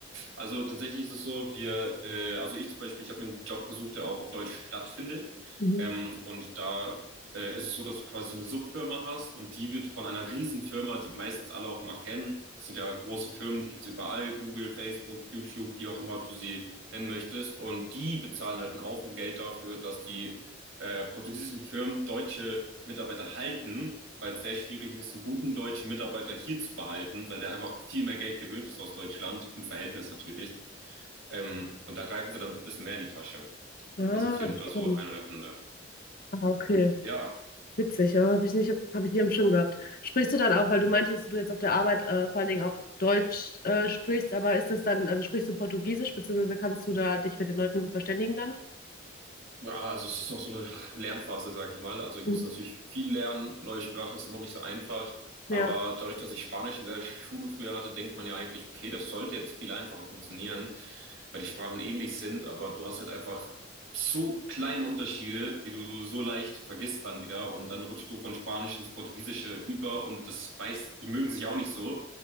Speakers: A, on the right; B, on the left.
A: Also tatsächlich ist es so, wir, äh, also ich zum Beispiel, ich habe mir einen Job gesucht, der auch auf Deutsch stattfindet.
B: Mhm.
A: Ähm, und da äh, ist es so, dass du quasi so eine Subfirma hast und die wird von einer Riesenfirma, die meistens alle auch immer kennen. Das sind ja große Firmen, die gibt's überall, Google, Facebook, YouTube, wie auch immer du sie nennen möchtest. Und die bezahlen halt einen Haufen Geld dafür, dass die äh, portugiesischen Firmen deutsche Mitarbeiter halten weil es sehr schwierig ist, einen guten deutschen Mitarbeiter hier zu behalten, weil der einfach viel mehr Geld gewöhnt ist aus Deutschland, im Verhältnis natürlich. Ähm, und da greifen sie dann ein bisschen mehr in die Tasche.
B: Ah,
A: Das ist auf jeden Fall
B: stimmt.
A: so einer der Gründe.
B: Ah, okay.
A: Ja,
B: Witzig, ja. Habe ich nicht, hab ich nie am Schirm gehabt. Sprichst du dann auch, weil du meintest, dass du jetzt auf der Arbeit äh, vor allen Dingen auch Deutsch äh, sprichst, aber ist das dann, also sprichst du Portugiesisch, beziehungsweise kannst du da dich mit den Leuten gut verständigen dann?
A: Ja, also es ist noch so eine <laughs> Lernphase, sage ich mal. Also ich
B: Mhm.
A: muss natürlich viel lernen. Neue Sprache ist immer nicht so einfach.
B: Ja.
A: Aber dadurch, dass ich Spanisch in der Schule früher hatte, denkt man ja eigentlich, okay, das sollte jetzt viel einfacher funktionieren, weil die Sprachen ähnlich sind. Aber du hast halt einfach so kleine Unterschiede, die du so leicht vergisst dann wieder. Und dann rutscht du von Spanisch ins Portugiesische über und das weiß, die mögen sich auch nicht so.